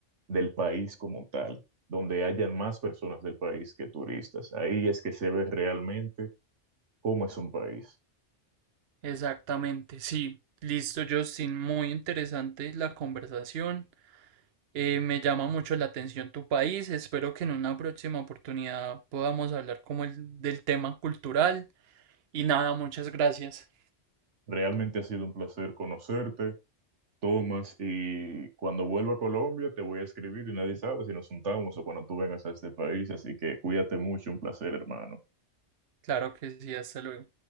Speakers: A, on the right; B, on the right.
A: del país como tal, donde hayan más personas del país que turistas. Ahí es que se ve realmente cómo es un país.
B: Exactamente, sí. Listo, Justin. Muy interesante la conversación. Eh, me llama mucho la atención tu país. Espero que en una próxima oportunidad podamos hablar como el del tema cultural. Y nada, muchas gracias.
A: Realmente ha sido un placer conocerte. Tomas, y cuando vuelva a Colombia te voy a escribir y nadie sabe si nos juntamos o cuando tú vengas a este país, así que cuídate mucho, un placer, hermano.
B: Claro que sí, hasta luego.